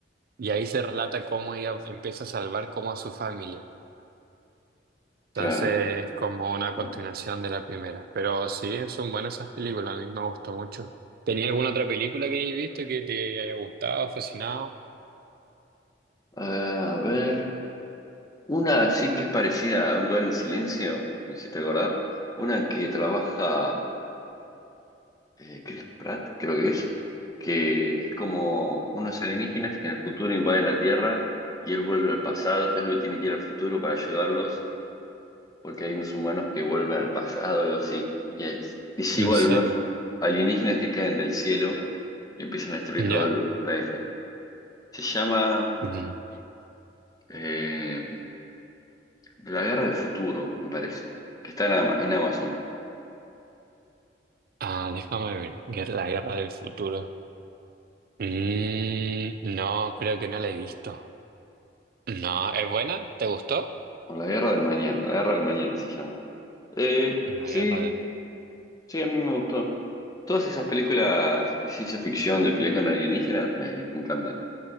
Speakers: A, on the right (about 55°); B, on the left (about 20°).
A: y ahí se relata cómo ella empieza a salvar como a su familia. Entonces,
B: claro.
A: como una
B: claro.
A: continuación de la primera. Pero sí, son buenas esas películas, a mí me gustó mucho. ¿Tenía alguna otra película que hayas visto que te haya gustado, fascinado?
B: Ah, a ver, una sí que es parecida a Un lugar en silencio, me hiciste acordar. Una que trabaja. eh, Chris Pratt, creo que es, que es como unos alienígenas que en el futuro invaden la Tierra y él vuelve al pasado, él tiene que ir al futuro para ayudarlos porque hay unos humanos que vuelven al pasado, algo así. Y es, es
A: ¿En
B: igual,
A: serio?
B: unos alienígenas que caen del cielo y empiezan a destruir
A: ¿Ya?
B: todo el planeta. Se llama
A: Mm.
B: eh, La Guerra del Futuro, me parece, que está en, Ama- en Amazon,
A: Ah, déjame ver. Guer- La guerra del futuro. Mm, no, creo que no la he visto. No, ¿es buena? ¿Te gustó?
B: o La Guerra del Mañana, La Guerra del Mañana se llama. Eh,
A: La
B: sí,
A: guerra del...
B: sí, a mí me gustó. Todas esas películas de ciencia ficción, de pelea con alienígenas, me, me encantan.